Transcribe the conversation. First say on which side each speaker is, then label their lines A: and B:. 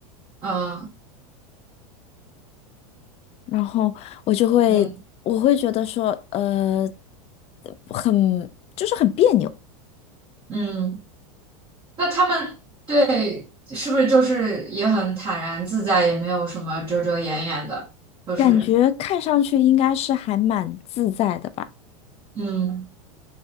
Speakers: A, on the right (about 25°); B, on the left (about 35°).
A: 嗯
B: 然后我就会，
A: 嗯
B: 我会觉得说，呃，很，就是很别扭，
A: 嗯，那他们对是不是就是也很坦然自在，也没有什么遮遮掩掩的，就是
B: 感嗯觉看上去应该是还蛮自在的吧，
A: 嗯。